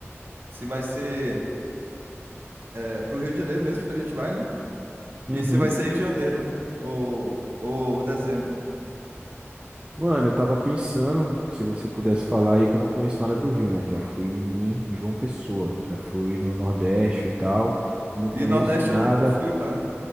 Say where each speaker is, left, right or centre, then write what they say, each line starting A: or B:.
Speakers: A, on the right; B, on the right.
A: se vai ser é, pro Rio de Janeiro mesmo que a gente vai, né? E
B: Uhum.
A: se vai ser em janeiro ou, ou dezembro.
B: Mano, eu tava pensando, se você pudesse falar aí que eu não conheço nada do Rio, né? Já fui em João Pessoa, já fui no Nordeste e tal. Não conheço
A: E Nordeste
B: nada.
A: eu nunca fui, cara.